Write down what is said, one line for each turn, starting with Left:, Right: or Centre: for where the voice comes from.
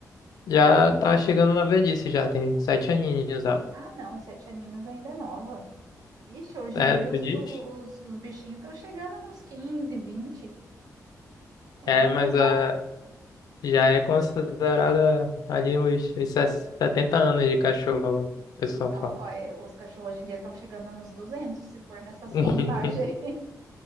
Left: Já tá chegando na velhice, já tem sete aninhos ela.
Right: Ah, não, sete aninhos ainda é nova. Ixi, hoje
Left: É,
Right: em dia
Left: tu
Right: os,
Left: diz?
Right: os, os bichinhos estão chegando nos 15, 20. Ela
Left: É,
Right: ainda
Left: mas
Right: tá
Left: ah, já é considerada ali uns, uns 70 anos de cachorro, o pessoal
Right: Ó,
Left: fala.
Right: ó, é, os cachorros hoje em dia estão chegando nos 200, se for nessas
Left: <laughs>
Right: contagens.